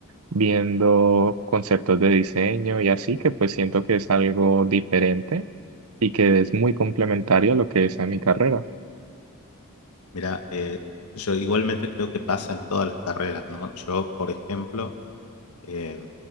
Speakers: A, on the right; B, on the left.
A: viendo conceptos de diseño y así, que pues siento que es algo diferente y que es muy complementario a lo que es a mi carrera.
B: Mira, eh, yo igualmente creo que pasa en todas las carreras, ¿no? Yo, por ejemplo, eh,